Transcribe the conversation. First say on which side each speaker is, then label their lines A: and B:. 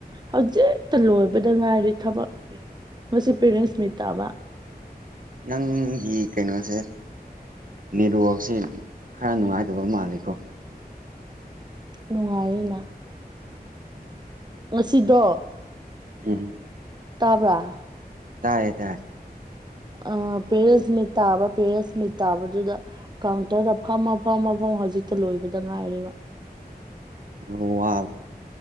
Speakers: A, on the right; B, on the right.
A: ꯍꯧꯖꯤꯦꯛꯇ ꯂꯣꯏꯕꯗ ꯉꯥꯏꯔꯤ ꯊꯕꯛ ꯉꯁꯤ ꯄꯦꯔꯦꯟꯁ ꯃꯤꯠ ꯇꯥꯕ
B: ꯅꯪꯒꯤ ꯀꯩꯅꯣꯁꯦ ꯅꯦꯠꯋꯛꯁꯦ ꯈꯔ ꯅꯨꯡꯉꯥꯏꯇꯕ ꯃꯥꯜꯂꯦꯀꯣ
A: ꯅꯨꯡꯉꯥꯏꯅ ꯉꯁꯤꯗꯣ
B: ꯎꯝ
A: ꯇꯥꯕ꯭ꯔꯥ
B: ꯇꯥꯏꯌꯦ ꯇꯥꯏ
A: ꯑ ꯄꯦꯔꯁꯃꯤꯠ ꯇꯥꯕ ꯄꯦꯔꯁꯃꯤꯠ ꯇꯥꯕꯗꯨꯗ ꯀꯥꯎꯟꯇꯔꯗ ꯐꯝꯃ ꯐꯝꯃ ꯐꯝ ꯍꯧꯖꯤꯛꯇ ꯂꯣꯏꯕꯗ ꯉꯥꯏꯔꯦꯕ
B: ꯑꯣ ꯋꯥ